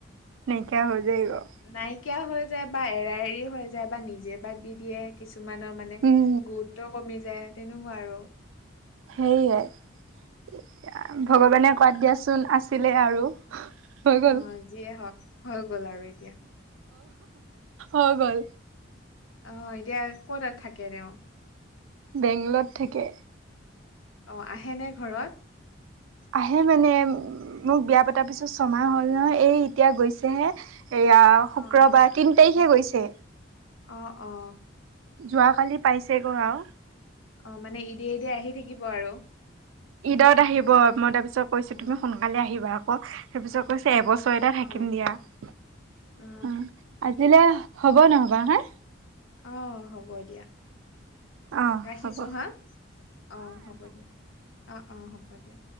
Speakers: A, on the right; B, on the left.
A: নাইকীয়া হৈ যায় গৈ।
B: নাইকিয়া হৈ যায় বা এৰা এৰি হৈ যায় বা নিজে বাদ দি দিয়ে কিছুমানৰ মানে মানে
A: উম
B: গুৰুত্ব কমি যায় তেনেকুৱা আৰু।
A: সেইয়াই ভগৱানে কৰাত দিয়াচোন আছিলে আৰু। হৈ গ'ল।
B: অ', যিয়ে হওক হৈ গ'ল আৰু এতিয়া।
A: হৈ গল।
B: অ', এতিয়া ক'ত থাকে তেওঁ?
A: বেংগলৰত থাকে।
B: অঁ', আহেনে ঘৰত?
A: আহে মানে উ মোক বিয়া পতাৰ পিছত ছমাহ হ'ল নহ এই এতিয়া গৈছেহে এয়া শুক্ৰবাৰ
B: অ',
A: তিন তাৰিখে গৈছে।
B: অ', অ'।
A: যোৱাকালি পাইছেগৈ আৰু।
B: অ, মানে এদিয়ে, এদিয়ে আহি থাকিব আৰু।
A: ঈদত আহিব মই তাৰপিছত কৈছো
B: অ
A: তুমি সোনকালে আহিবা আকৌ। সেই পিছত কৈছে এবছৰ এটা
B: অ
A: থাকিম দিয়া উ।
B: অ
A: আজিলৈ হ'ব নহয়বা হা।
B: অ, হ'ব দিয়া
A: অ
B: ৰাখিছো
A: হ'ব
B: হা অ, হ'ব দিয়া। অ', অ', হ'ব দিয়া।